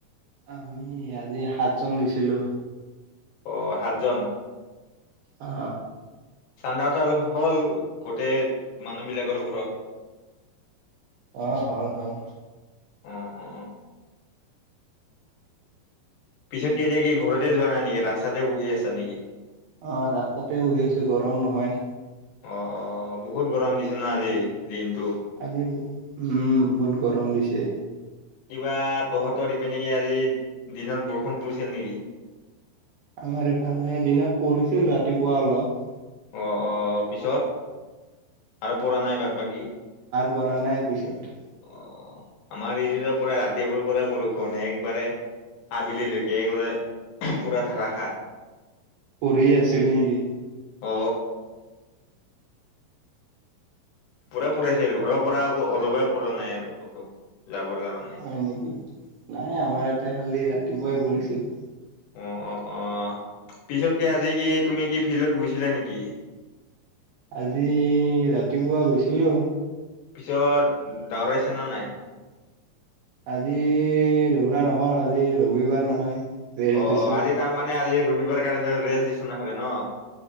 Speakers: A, on the right; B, on the left.
A: আমি আজি সাতজন গৈছিলো
B: অ সাতজন
A: অ
B: চান্দাঠাল হ'ল গোটেই মানুহবিলাকৰ ঘৰত
A: অ, হল, হল।
B: উ, উ, অ। পিছত কে এতিয়া কি ঘৰতে যোৱা নাই নেকি ৰাস্তাতে বহি আছা নেকি?
A: অ', ৰাস্তাতে বহি আছো গৰম নহয়।
B: অ, অ, বহুত গৰম দিছে ন? আজি দিনটো।
A: আজি বহুত উম বহুত গৰম দিছে
B: কিবা তহঁতহৰ দিনত বৰষুণ নেকি আজি দিনত বৰষুণ পৰিছিল নেকি?
A: আমাৰ ইফালে দিনত পঢ়িছিল ৰাতিপুৱা অলপ।
B: অ, অ, পিছত আৰু পৰা নাই বাট বাকী।
A: কৰা নাই পিছত।
B: অ, আমাৰ এইফালৰ পৰা ৰাতি পোৱাৰ পৰা বৰষুণ একেবাৰে। আবেলিলৈকে এক পুৰা ধাৰষাৰ
A: পঢ়ি আছিল নেকি?
B: অ, পৰা পঢ়িছিল ঘৰৰ পৰা আকৌ ওলাবই পৰা নাই আৰু কতো। যাবৰ কাৰণে।
A: হয় নেকি নাই আমাৰ ইয়াতে খালি ৰাতিপুৱাই পৰিছিল।
B: অ, অঁ, অঁ। পিছতকে আজি কি তুমি কি ফিল্ডত গৈছিলা নেকি?
A: আজি ৰাতিপুৱা গৈছিলো।
B: পিছত দৌৰাইছে নে নাই?
A: আজি দৌৰা নহল আজি ৰবিবাৰ নহয়। ৰেষ্ট
B: অ,
A: দিছো
B: অ, আজি তাৰ মানে আজি ৰবিবাৰ কাৰণ ৰেষ্ট বিচনা হলে ন।